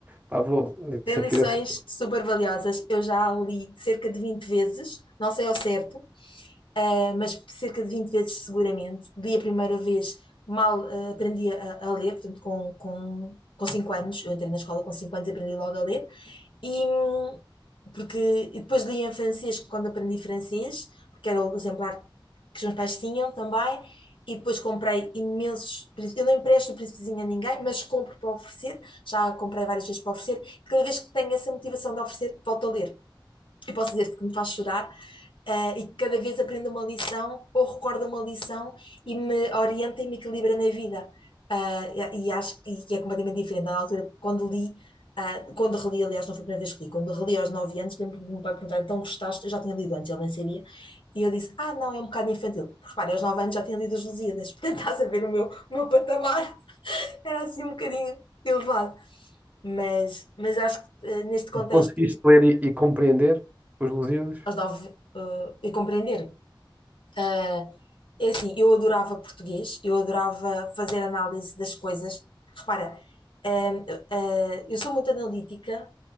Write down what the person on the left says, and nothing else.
Tem
lições
super valiosas. Eu já a li cerca de 20 vezes, não sei ao certo, ah, mas cerca de 20 vezes seguramente. Li a primeira vez, mal ah, aprendi a, a ler, portanto, com, com, com 5 anos. Eu entrei na escola com 5 anos e aprendi logo a ler. E, hum, porque, e depois li em francês quando aprendi francês, porque era o exemplar que os meus pais tinham também. E depois comprei imensos. Eu não empresto o príncipezinho a ninguém, mas compro para oferecer. Já comprei várias vezes para oferecer. Cada vez que tenho essa motivação de oferecer, volto a ler eu posso dizer-te que me faz chorar, eh, e que cada vez aprendo uma lição ou recordo uma lição e me orienta e me equilibra na vida. Ah, e, e acho que é completamente diferente. Na altura, quando li, ah, quando reli, aliás, não foi a primeira vez que li, quando reli aos 9 anos, lembro do meu pai perguntar, então gostaste? Eu já tinha lido antes, ele nem sabia. E eu disse, ah, não, é um bocado infantil. Porque repara, aos 9 anos já tinha lido As Lusíadas, <laughs> portanto estás a ver o meu, o meu patamar, <laughs> era assim um bocadinho elevado. Mas, mas acho que eh, neste contexto,
aos 9, eh, e compreender Ah, é assim, eu adorava português, eu adorava fazer análise das coisas. Repara, ah, ah, eu sou muito analítica